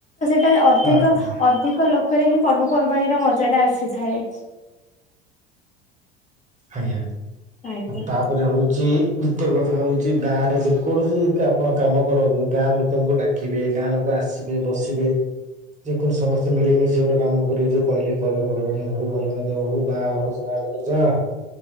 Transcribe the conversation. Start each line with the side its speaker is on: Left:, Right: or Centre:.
Left: ଟା ଅଧିକ
Right: ହଁ ଆଜ୍ଞା
Left: ଅଧିକ ଲୋକରେ ହିଁ ପର୍ବପର୍ବାଣୀର ମଜାଟା ଆସିଥାଏ।
Right: ଆଜ୍ଞା
Left: ଆଜ୍ଞା
Right: ତାପରେ ହଉଛି। ଦ୍ଵିତୀୟ କଥା ହଉଛି ଗାଁ ରେ ଯେକୌଣସି ଆପଣ କାମ କରନ୍ତୁ ଗାଁ ଲୋକଙ୍କୁ ଡା ଦେଖିବେ ଗାଁ ଲୋକ ଆସିବେ ବସିବେ। ଯେ କଣ ସମସ୍ତେ ମିଳିମିଶି ଗୋଟେ କାମ କରିବେ ଯୋ କହେ ପର୍ବପର୍ବାଣି ହଉ ଭଲ ମନ୍ଦ। ହଉ-ହଉ ବାହାଘର ସାହାଘର ଯାଆ।